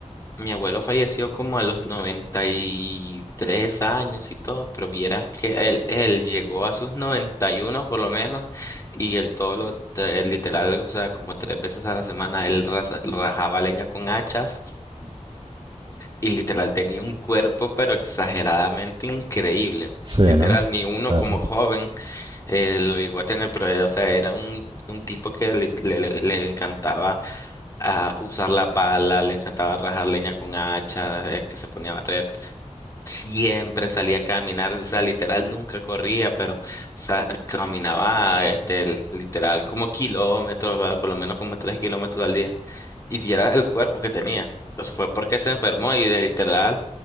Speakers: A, on the left; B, on the right.
A: mi abuelo falleció como a los 93 años y todo, pero vieras que él, él llegó a sus 91 por lo menos, y él todo lo, te- literal, o sea, como tres veces a la semana, él raza- rajaba leña con hachas y literal tenía un cuerpo, pero exageradamente increíble.
B: sí,
A: Literal,
B: ¿no?
A: ni uno
B: Claro.
A: como joven eh, lo llegó a tener, pero, eh, o sea, era un, un tipo que le le- le- le encantaba a usar la pala, le encantaba rajar leña con hacha, es que se ponía a barrer. Siempre salía a caminar, o sea, literal nunca corría, pero sa- caminaba, este, l- literal como kilómetros, ¿verdad? por lo menos como tres kilómetros al día. Y viera el cuerpo que tenía. Pues fue porque se enfermó y de literal,